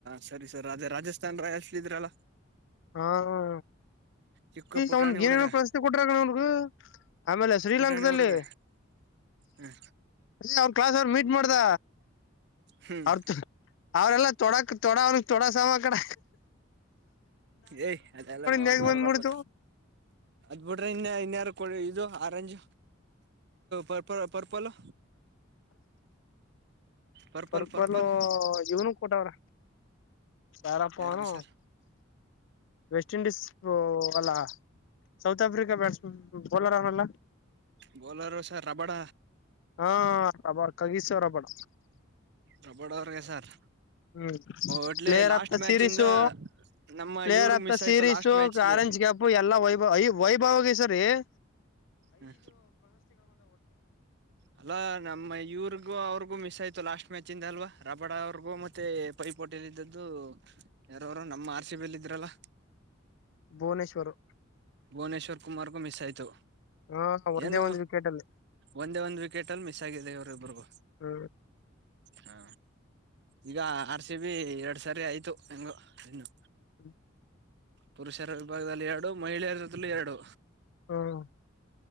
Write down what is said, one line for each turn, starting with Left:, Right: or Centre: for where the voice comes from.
Right: ಸರಿ ಸರ್ ಅದೇ ರಾಜಸ್ ರಾಜಸ್ಥಾನ್ ರಾಯಲ್ಸ್ ಅಲ್ಲಿ ಇದ್ರಲ್ಲ
Left: ಹಾ ಹಾ
Right: ಚಿಕ್ಕ ಪುಟಾಣಿ
Left: ಅವ್ನ್ಗ
Right: ಹುಡುಗ
Left: ಏನೋ ಪ್ರಶಸ್ತಿ ಕೊಟ್ರಣ ಅವಗ ಆಮೇಲೆ ಶ್ರೀಲಂಕಲ್ಲಿ
Right: ಪುಟಾಣಿ ಹುಡುಗ ಹ್ಮ
Left: ಅವರ ಕ್ಲಾಸ್ ಅವ್ರು ಮೀಟ್ ಮಾಡ್ದ
Right: ಹ್ಮ್
Left: ಅರ್ಥ ಅವ್ರೆಲ್ಲ ತೊಡಾಕ್ ತೊಡ ಅವ್ರ ತೊಡಸ ಕಡ
Right: ಏಯ ಅದೆಲ್ಲ ಮಾತಾಡ್ಬಾರ್ದ
Left: ನೆಗ್ ಬಂದ್ಬಿಡ್ತು
Right: ಅದ್ ಬಿಟ್ರೆ ಇನ್ ಇನ್ಯಾರು ಇದು orange purple purple purple
Left: purple
Right: purple
Left: ಇವನು ಕೊಟ ಅವ್ರ ಯಾರಪ್ಪ
Right: ಯಾರ್ಗೆ
Left: ಅವನು
Right: ಸರ್
Left: ವೆಸ್ಟ್ ಇಂಡೀಸ್ ಅಲ್ಲ ಸೌತ್ ಆಫ್ರಿಕಾ ಬ್ಯಾಟ್ಸ್ ಬೌಲರ್ ಅವನಲ್ಲ
Right: ಬೌಲರು ಸರ್ ರಬಡ
Left: ಹಾ ರಾಬಡ್ <unintelligible> ರಬ್ಬಡ
Right: ರಾಬಡ್ ಅವ್ರಗೆ ಸರ್
Left: ಹ್ಮ್
Right: ಒಟ್ಲಿ
Left: player
Right: last
Left: of the
Right: match
Left: ಸೀರೀಸು
Right: ಇಂದ ನಮ್ಮ
Left: ಪ್ಲೇಯರ್
Right: ಇವ್ರಗ್
Left: ಆಫ್
Right: ಮಿಸ್
Left: ದ
Right: ಆಯ್ತು
Left: ಸೀರೀಸು
Right: ಲಾಸ್ಟ್ ಮ್ಯಾಚ್ಲಿ
Left: ಆರೆಂಜ್ ಕ್ಯಾಪ್ ಎಲ್ಲಾ ವೈಭ ವೈಭವ ಸರ್ <unintelligible>
Right: ಹ್ಮ ಅಲ್ಲ ನಮ್ಮ ಇವ್ರಿಗೂ ಅವ್ರಿಗೂ ಮಿಸ್ ಆಯ್ತು ಲಾಸ್ಟ್ ಮ್ಯಾಚ್ಂದ ಅಲ್ವಾ ರಾಬಡ ಅವ್ರಗೂ ಮತ್ತೆ ಪೈಪೋಟಿಲ್ಲಿ ಇದ್ದದ್ದು ಯಾರವರು ನಮ್ಮ ಆರ್ಸಿಬಿಲ್ ಇದ್ರಲ್ಲ
Left: ಭುವನೇಶ್ವರು
Right: ಭುವನೇಶ್ವರ್ ಕುಮಾರ್ಗೂ ಮಿಸ್ ಆಯ್ತು
Left: ಹಾ ಒಂದೇ
Right: ಏನು
Left: ಒಂದ್ ವಿಕೆಟ್ ಅಲ್ಲಿ
Right: ಒಂದೇ ಒಂದ್ ವಿಕೆಟ್ ಅಲ್ಲಿ ಮಿಸ್ ಆಗಿದೆ ಇವರು ಇಬ್ರುಗೂ
Left: ಹ್ಮ್
Right: ಹಾ ಈಗ ಆರ್ ಸಿ ಬಿ ಎರಡ್ ಸಾರಿ ಆಯ್ತು ಹೆಂಗು ಇನ್ನು
Left: <unintelligible>
Right: ಪುರುಷರ ವಿಭಾಗದಲ್ಲಿ ಎರಡು, ಮಹಿಳೆಯರ ಜೊತೆಲು ಎರಡು.
Left: ಹ್ಮ್.